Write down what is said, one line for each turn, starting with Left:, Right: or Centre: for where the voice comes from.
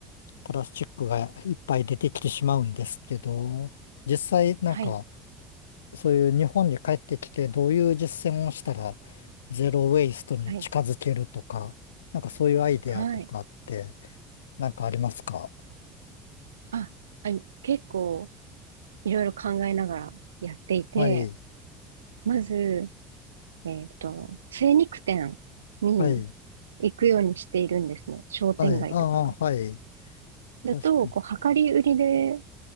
Left: プラスチックがいっぱい出てきてしまうんですけど、実際なんか、
Right: はい、
Left: そういう日本に帰ってきて、どういう実践をしたら、ゼロウェイストに近づけるとか、
Right: はい、
Left: なんかそういうアイデアとかって、
Right: はい。
Left: なんかありますか
Right: あ、あの、結構、いろいろ考えながらやっていて、
Left: はい、
Right: まず、えっと、精肉店に
Left: はい、
Right: 行くようにしているんですね。商店街とかの。
Left: はい、ああ、はい、
Right: だと、
Left: 確か
Right: こう、量り売りで、